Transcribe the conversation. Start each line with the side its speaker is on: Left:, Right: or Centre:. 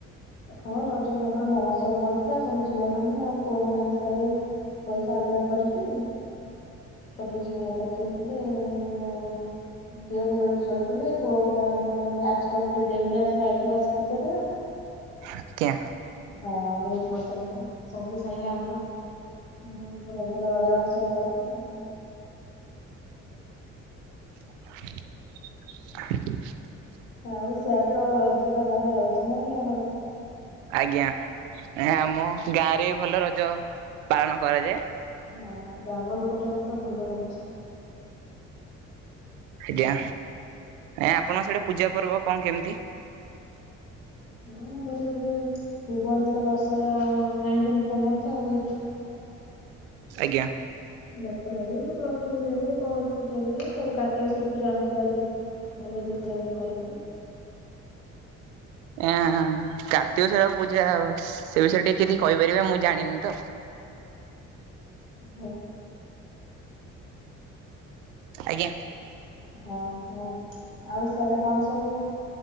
Left: ହଁ ରଜ ତ ଆମର ମହୋତ୍ସବ ପଡ଼ିଥିଲା ସବୁ ଝିଅ ମାନେ ଆଉ ପୁଅ ମାନେ ଆମ ସାହିରେ ପଇସା ଆଦାୟ କରିକି ସବୁ ପକେଇଥିଲେ ଯୋଉ ଗେମ୍ ଗୁଡେ ଖେଳୁଥିଲେ ପୁଅ ପିଲା ମାନେ ତାଙ୍କର ମ୍ୟାଚ୍ କରୁଥିଲେ ଡେମ୍ୟାଚ୍ ନାଇଟି ମ୍ୟାଚ୍ କ୍ରିକେଟ୍ ରେ
Right: ଆଜ୍ଞା
Left: ହଁ ବହୁତ ମଜା ହଉଥିଲା ସବୁ ସାହିରେ ଆମର ଭଲ ରଜ ମହେତ୍ସବ ପତ୍ର
Right: <unintelligible>
Left: ଆଉ ସିଆଡେ ତ ରଜ ଟା ବଢିଆ ହଉଛି ନାଇଁ କି ଆମର।
Right: ଆଜ୍ଞା ଆମ ଗାଁ ରେ ଭଲ ରଜ ପାଳନ କରାଯାଏ।
Left: ହଁ ବାଙ୍ଗର କୋଟାରେ ତ ଭଲ ହଉଛି।
Right: ଆଠା ଏ ଆପଣଙ୍କ ସେଇଟା ପୂଜା ପର୍ବ କଣ କେମିତି?
Left: ହଁ ଆବର ଏ ପଡେ ଭୁବନରେ ତ ଦଶହରା ଜାଣିଛନ୍ତି ଫେମସ୍ ଆଉ।
Right: ଆଜ୍ଞା।
Left: ଦଶରା ହୁଏ ମୋର ଲକ୍ଷ୍ମୀ ପୂଜା ହୁଏ ଗଣେଶ ପୂଜା ହୁଏ ସବୁ କାର୍ତିକେଶ୍ଵର ପୂଜା ଆମ ସାହି ରେ। ଭଲ ଧୁମଧାମରେ କରନ୍ତୁ।
Right: ଏ କାର୍ତ୍ତିକ ସ୍ଵର ପୂଜା ସେ ବିଷୟରେ ଟିକେ କିଛି କହିପାରିବେ ମୁଁ ଜାଣିନି ତ।
Left: ହଁ।
Right: ଆଜ୍ଞା।
Left: ହଁ କୁହନ୍ତୁ ଆଉ ସେଆଡେ କଣ ସବୁ